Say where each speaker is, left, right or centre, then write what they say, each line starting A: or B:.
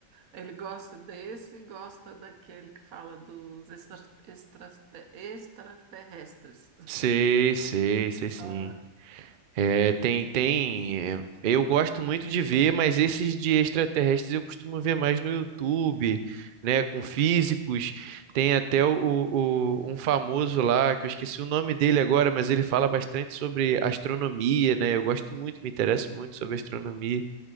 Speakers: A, on the right; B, on the right.
A: Ele gosta desse e gosta daquele que fala dos extra, extra- extraterrestres.
B: Sei, sei, sei sim.
A: <laughs>
B: É, tem, tem. é, Eu gosto muito de ver, mas esses de extraterrestres eu costumo ver mais no YouTube, né? Com físicos. Tem até o, o- o- um famoso lá, que eu esqueci o nome dele agora, mas ele fala bastante sobre astronomia, né? Eu gosto muito, me interesso muito sobre astronomia,